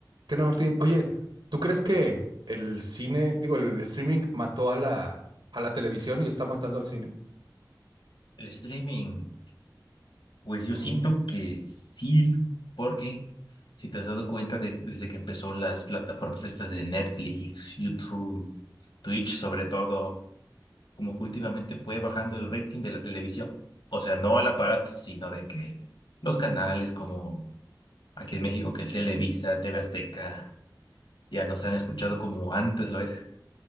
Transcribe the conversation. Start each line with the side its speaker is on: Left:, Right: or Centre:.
Right: ¿Qué onda, Martín? Oye, ¿tú crees que el cine, digo, el streaming mató a la, a la televisión y está matando al cine?
Left: El streaming, pues yo
Right: Ujú.
Left: siento que sí, porque si te has dado cuenta de- desde que empezó las plataformas estas de Netflix, YouTube, Twitch sobre todo, como que últimamente fue bajando el rating de la televisión. O sea, no al aparato, sino de que los canales como aquí en México, que el Televisa, TV Azteca, ya no se han escuchado como antes lo era.